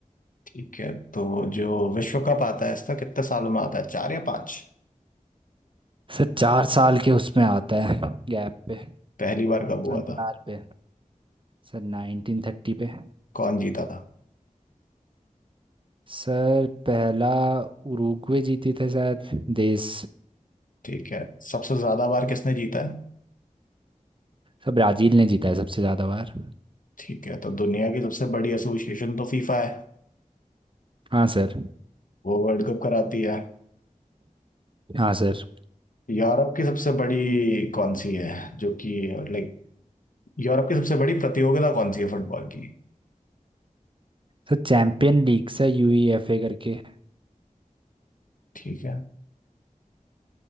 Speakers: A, on the left; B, on the right.
A: ठीक है तो जो विश्व कप आता है इसका कितने सालों में आता है चार या पांच
B: सर चार साल के उसमें आता है गैप पे
A: पहली बार कब हुआ
B: अंतराल
A: था
B: पे सर 1930 पे
A: कौन जीता था
B: सर पहला उरुग्वे जीती थे शायद देश
A: ठीक है सबसे ज्यादा बार किसने जीता है
B: सर ब्राजील ने जीता है सबसे ज़्यादा बार
A: ठीक है तो दुनिया की सबसे बड़ी एसोसिएशन तो फीफा है
B: हाँ सर
A: वो वर्ल्ड कप कराती है
B: हाँ sir
A: यूरोप की सबसे बड़ी कौन सी है जो कि लाइक यूरोप की सबसे बड़ी प्रतियोगिता कौन सी है फुटबॉल की
B: Sir champion league sir UEFA करके
A: ठीक है